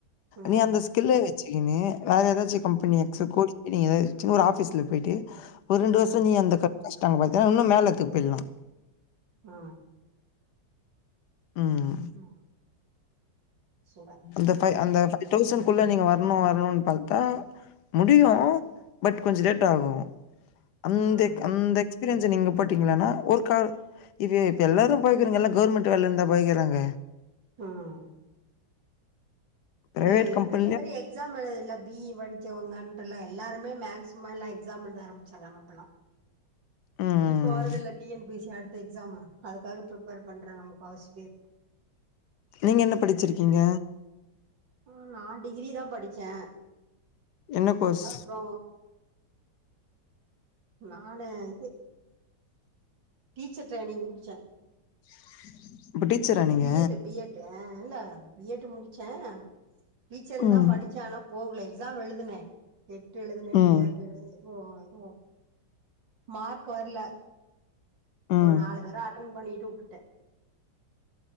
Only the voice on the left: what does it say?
நீ அந்த ஸ்கில்ல வச்சக்கின்னு வேற ஏதாச்சு கம்பெனிய கோடி நீங்க எதாது சின்ன ஒரு ஆபீஸ்ல போய்ட்டு ஒரு ரெண்டு வருஷம்
நீ அந்த க கஷ்டங்க பாத்தீங்கன்னா இன்னு மேல எத்துக்கு போயிலா
ம்
அந்த ஃபைவ் அந்த ஃபைவ் டௌசண்ட்குள்ள நீங்க வரணு வரணுன்னு பாத்தா முடியு பட் கொஞ்ச லேட் ஆகூ அந்தக்
அந்தக் எக்ஸ்பீரியன்ஸ நீங்க போட்டீங்கன்னா ஒருக் கா இது இப்போ எல்லோரு போய்க்குறவங்கல்லா கவர்மெண்ட் வேல இருந்தா போய்கிறாங்க
பிரைவேட்
கம்பெனிலயும்
ம்.
நீங்க என்ன படிச்சிருக்கீங்க
என்ன கோர்ஸ்
<inaudible> நீங்க?
ம்.
ம்.
ம்.